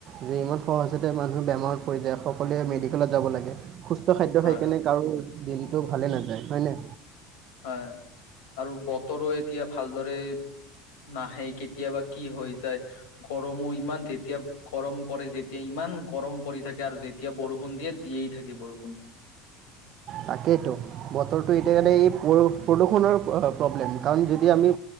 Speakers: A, on the right; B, on the left.
A: যে ইমান সহজতে মানুহ বেমাৰত পৰি যায় সকলোৱে মেডিকেলত যাব লাগে। সুস্থ খাদ্য
B: হয়
A: খাই কেনে কাৰো দিনটো ভালে নাযায়। হয়নে
B: হয় আৰু বতৰো এতিয়া ভালদৰে নাহে কেতিয়াবা কি হৈ যায় গৰমো ইমান যেতিয়া গৰম পৰে যেতিয়া ইমান গৰম পৰি থাকে আৰু যেতিয়া বৰষুণ দিয়ে দিয়েই থাকে বৰষুণ।
A: তাকেইেতো বতৰটো এতিয়া কাৰণে এই প্ৰদূষণৰ প্ৰব্লেম কাৰণ যদি আমি